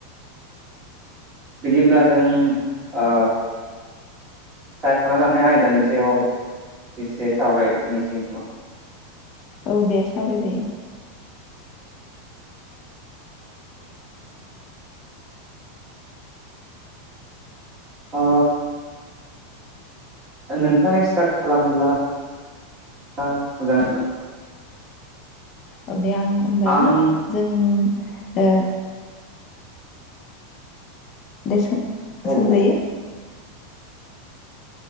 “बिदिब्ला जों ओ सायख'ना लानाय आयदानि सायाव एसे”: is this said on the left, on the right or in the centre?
Right